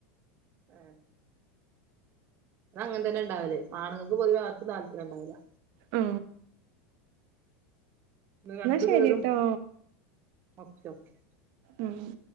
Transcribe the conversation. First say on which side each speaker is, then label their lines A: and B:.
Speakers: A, on the right; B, on the right.
A: ആഹ അത് അങ്ങനെ തന്നെ ഉണ്ടാവില്ലേ ആണുങ്ങൾക്കപൊതുവെ ആർക്കും താല്പര്യം ഉണ്ടാവുല
B: ആ
A: ഇന്ന് രണ്ടു
B: ശരിട്ടോ
A: പേരും ഓക്കേ ഓക്കേ
B: ഉം ഹ